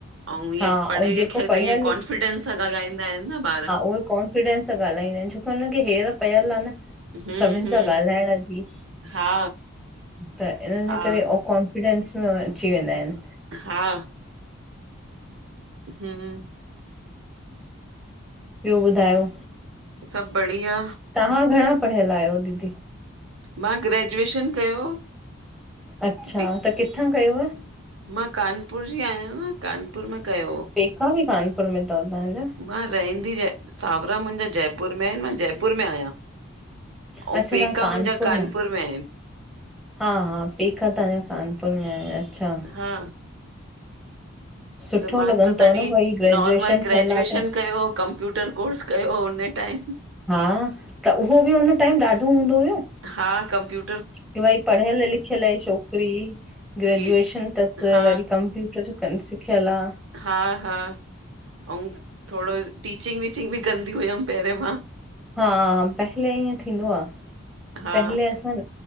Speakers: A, on the right (about 65°); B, in the centre.
A: ऐं
B: हा
A: ईअं पढ़े
B: ऐं जेको
A: लिखियल
B: पढ़ियल
A: त ईअं कॉन्फिडेंस सां ॻाल्हाईंदा आहिनि न ॿार।
B: उह कोन <unintelligible> फिडेंस सां ॻाल्हाईंदा आहिनि, छोकी हुन खे हेर पयल आहे न
A: हम्म
B: सभिनि
A: हम्म
B: सां ॻाल्हाइण जी
A: हा
B: त इन्हनि
A: हा
B: जे करे अकाउं <unintelligible> कोन्फिडेंस में अची वेंदा आहिनि।
A: हा हम्
B: ॿियो ॿुधायो
A: सभु बढ़िया
B: तहां घणा पढ़ियल आहियो दीदी?
A: मां ग्रेजुएशन कयो।
B: अच्छा
A: बि
B: त किथां कयव।
A: मां कानपुर जी आहियां न कानपुर मां कयो हो।
B: पेका बि कानपुर में अथव तव्हांजा
A: मां रहंदी जय सावरा मुंहिंजा जयपुर में आहिनि मां जयपुर में आहियां। अऊं
B: अच्छा
A: पेका
B: तव्हां
A: मुंहिंजा कानपुर
B: मां
A: में आहिनि।
B: हा हा पेका तहां जा कानपुर में आहे। अच्छा
A: हा
B: सुठो
A: त मां
B: लॻनि
A: त
B: अथव
A: तॾहिं
B: न भई ग्रेजुएशन
A: नॉर्मल ग्रेजुएशन
B: थियल आहे त
A: कयो, कंप्यूटर कोर्स कयो हुन टाइम
B: हा त, उहो बि हुन टाइम ॾाढो हूंदो हुयो।
A: हा कंप्यू
B: की भई पढियल लिखियल छोकरी ग्रेजुएशन
A: की
B: थसि,
A: हा
B: वरी कंप्यूटर जो कमु सिखियल आ।
A: हा- हा, ऐं थोङो टीचिंग- वीचिंग बि कंदी हुअमि पहिंरिंयों मां।
B: हा पहले ईअं थींदो आ,
A: हा
B: पहले असां